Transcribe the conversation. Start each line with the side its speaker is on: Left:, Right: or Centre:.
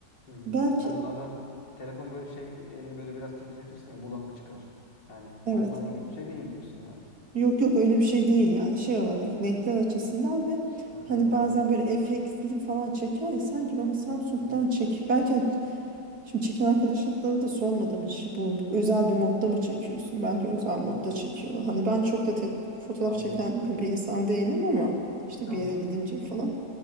Left: Hı hı.
Right: Belki
Left: Hani bazen telefon böyle şey elini böyle biraz titretirsin ya bulanık çıkar. Yani
Right: evet.
Left: onunla ilgili bir şey değil diyorsun yani.
Right: Yok yok öyle bir şey değil yani şey olarak renkler açısından ve
Left: Yani
Right: hani
Left: renkler
Right: bazen
Left: açısından.
Right: böyle efektli falan çeker ya sanki bana Samsung'dan
Left: Hı hı.
Right: çek. Belki hani şimdi çeken arkadaşlara da sormadım hiç bu özel bir modda mı çekiyorsun? Belki özel modda
Left: Hı hı.
Right: çekiyorlar. Hani ben çok da te- fotoğraf
Left: Anladım.
Right: çeken de bir insan değilim ama işte
Left: Ya
Right: bir yere gidince falan.